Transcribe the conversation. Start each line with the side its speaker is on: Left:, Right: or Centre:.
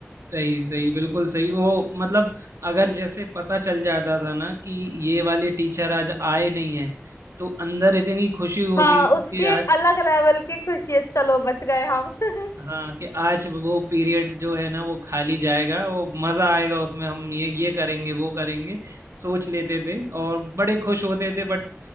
Right: सही सही बिल्कुल सही वो मतलब अगर जैसे पता चल जाता था ना कि ये वाले टीचर आज आए नहीं है तो अंदर इतनी खुशी होती
Left: हाँ
Right: थी
Left: उसकी
Right: कि
Left: एक
Right: आज
Left: अलग लेवल की खुशी है चलो बच गए हम <laughs>
Right: हाँ कि आज वो पीरियड जो है ना वो खाली जाएगा वो मजा आएगा उसमें हम ये ये करेंगे वो करेंगे सोच लेते थे और बड़े खुश होते थे बट